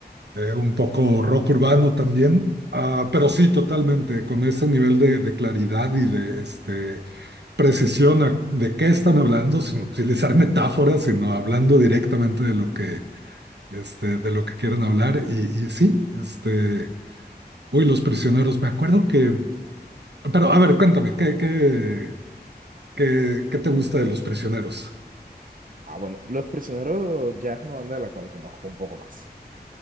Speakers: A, on the right; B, on the right.
A: eh, un poco rock urbano también. Ah, pero sí, totalmente, con ese nivel de, de claridad y de este, precisión a- de qué están hablando, sin utilizar <laughs> metáforas, sino hablando directamente de lo que este, de lo que quieren hablar. Y, y sí, este, uy, los prisioneros, me acuerdo que, pero a ver, cuéntame, ¿qué, qué, qué, qué te gusta de los prisioneros?
B: Ah, bueno, Los Prisioneros ya es una banda de la cual conozco un poco más.